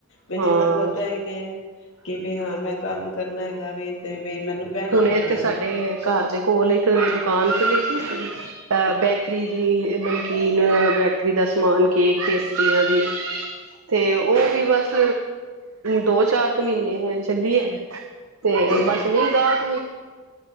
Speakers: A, on the left (about 65°); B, on the right (about 80°).
A: ਬੀ ਜਿਨਾਂ
B: ਹਾਂ
A: ਨੂੰ ਪਤਾ ਹੈਗਾ ਕਿ ਬਈ ਹਾਂ ਮੈਂ ਕੰਮ ਕਰਨਾ ਹੈਗਾ ਵੀ ਤੇ ਵੀ ਮੈਨੂੰ ਬਹਿਣਾ
B: ਮ
A: ਪੈਣਾ
B: ਇੱਥੇ ਸਾਡੇ
A: ਵੇ
B: ਘਰ ਦੇ ਕੋਲ ਇੱਕ ਦੁਕਾਨ ਖੁੱਲੀ ਸੀ ਅਹ ਬੇਕਰੀ ਦੀ ਨਮਕੀਨ ਬੈਕਰੀ ਦਾ ਸਮਾਨ ਕੇਕ ਪੇਸਤਰੀਆਂ ਦੀ ਤੇ ਉਹ ਵੀ ਬਸ ਦੋ ਚਾਰ ਕੁ ਮਹੀਨੇ ਹੈ ਚੱਲੀ ਹੈ ਤੇ
A: ਹਾਂ
B: ਬਸ ਨਹੀਂ ਗਾਹ <unintelligible>